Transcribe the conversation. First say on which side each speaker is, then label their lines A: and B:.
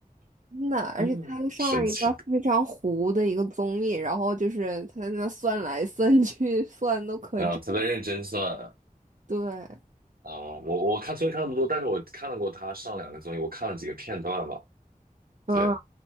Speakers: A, on the right; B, on the right.
A: 真的。而且他又上了一个非常糊的一个综艺，
B: <laughs> 神奇
A: 然后就是他在那算来算去，<laughs> 算都可准。
B: 啊！他在认真算啊。
A: 对，
B: 我我看虽然看那么多，但是我看了过他上两个综艺，我看了几个片段吧。
A: 嗯，
B: 对，